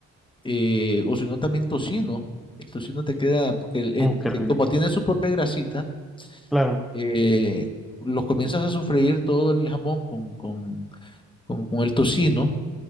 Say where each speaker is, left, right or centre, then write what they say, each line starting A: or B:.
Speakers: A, on the left; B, in the centre.
A: eh, o si no también tocino. El tocino te queda, porque el- el-
B: Oh, qué
A: te-
B: rico.
A: como tiene su propia grasita,
B: Claro.
A: eh, lo comienzas a sofreír todo el jamón con, con, con, con el tocino